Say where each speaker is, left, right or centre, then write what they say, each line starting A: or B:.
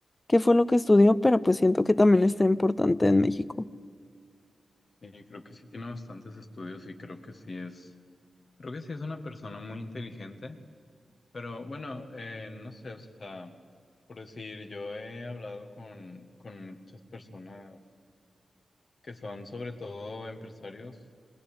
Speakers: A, on the left; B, on the left.
A: qué fue lo que estudió, pero pues siento que también está importante en México.
B: Sí, creo que sí tiene bastantes estudios y creo que sí es, creo que sí es una persona muy inteligente, pero bueno, eh, no sé, o sea, por decir, yo he hablado con, con muchas personas que son sobre todo empresarios